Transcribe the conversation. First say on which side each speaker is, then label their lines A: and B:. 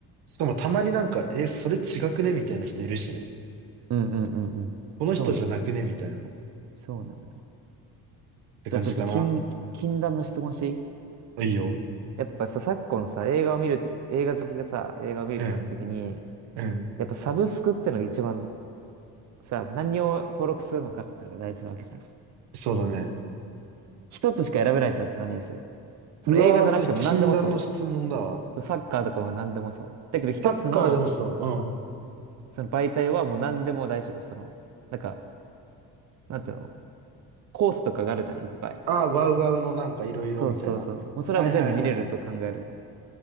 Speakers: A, on the right; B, on the right.
A: しかもたまになんか、え、それ違くねみたいな人いるしね。
B: うんうんうんうん。
A: この人じゃなくねみたいな。
B: そうなのよ。
A: っ
B: そうなのよ。
A: て感じかな。
B: じゃあちょっと禁、禁断の質問していい
A: いいよ。
B: やっぱさ、昨今さ、映画を見る、映画好きがさ、映画を見るってなった時に、
A: うん。うん。
B: やっぱサブスクってのが一番さ、何を登録するのかってのが大事なわけじゃん。
A: そうだね。
B: 一つしか選べないってなったら何にするその映画じゃなくても何でもそ
A: うわー、それ禁断の質問だわ。
B: う。サッカーとかも何でもそう。だけど一つの、
A: サッカーでもそう。うん。
B: その媒体はもう何でも大丈夫。その、なんか、なんていうのコースとかがあるじゃん、いっぱい。
A: あ、あ、ワウワウのなんかいろいろみたいな。
B: そうそうそうそう。もうそれは全部見れると考える。
A: はいはいはいはい。